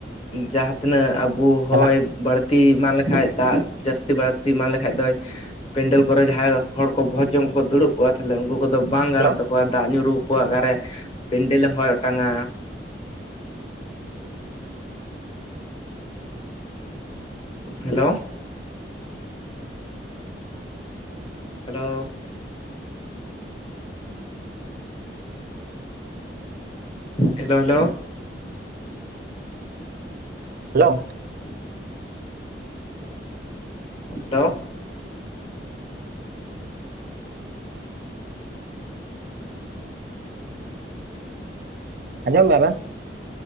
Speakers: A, on the left; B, on the right.
A: ᱡᱟᱦᱟᱸ ᱛᱤᱱᱟᱹᱜ ᱟᱵᱚ, ᱩ ᱦᱚᱭ
B: ᱪᱟᱵᱟᱜ᱾
A: ᱵᱟᱹᱲᱛᱤ ᱮᱢᱟᱱ ᱞᱮᱠᱷᱟᱱ ᱫᱟᱜ ᱡᱟᱹᱥᱛᱤ ᱵᱟᱹᱲᱛᱤ ᱮᱢᱟᱱ ᱞᱮᱠᱟᱱᱡ ᱫᱚᱭ ᱯᱮᱱᱰᱮᱞ ᱠᱚᱨᱮ ᱡᱟᱦᱟᱸᱭ ᱦᱚᱲ ᱠᱚ ᱵᱷᱚᱦᱡᱽ ᱡᱚᱝ ᱠᱚᱠᱚ ᱫᱩᱲᱩᱵ ᱠᱚᱼᱟ ᱛᱟᱦᱚᱞᱮ ᱩᱱᱠᱩ ᱠᱚᱫᱚ ᱵᱟᱝ ᱜᱟᱱᱚᱜ
B: ᱦᱮᱞᱳ
A: ᱛᱟᱠᱚ ᱫᱟᱜ ᱧᱩᱨᱩ ᱟᱠ ᱠᱚᱣᱟ ᱚᱠᱟᱨᱮ ᱯᱤᱸᱰᱮᱞᱮ ᱦᱚᱭ ᱚᱴᱟᱝᱼᱟ ᱾ Hello, hello, hello hello,
B: hello,
A: hello,
B: ᱟᱸᱡᱚᱢ ᱢᱮᱼᱟ ᱵᱮᱱ?